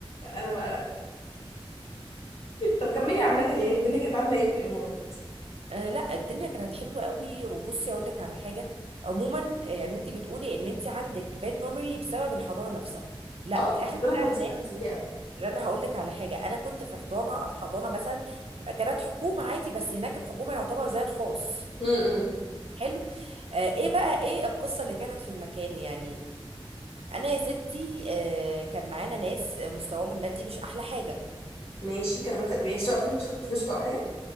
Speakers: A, on the left; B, on the right.
A: انا بقى طب كملي عامة يعني الدنيا كانت عاملة ايه في الإمارات؟
B: آه لا الدنيا كانت حلوة قوي وبصي اقول لك على حاجة عموما آه، يعني انت بتقولي ان انت عندك باد ميموري بسبب الحضانة نفسها لا
A: اه
B: احنا
A: الحضانة
B: بقى
A: النفسية
B: هناك
A: كانت سيئة
B: انا هقول لك على حاجه انا كنت في حضانه في حضانه مثلا كانت حكومه عادي بس هناك الحكومه يعتبر زي الخاص
A: امم
B: حلو آه ايه بقى ايه القصة اللي كانت في المكان يعني انا يا ستي آه كان معانا ناس مستواهم المادي مش احلى حاجة
A: ماشي كانوا بخ... بيسرقوا فلوس فلوسكم أو حاجة؟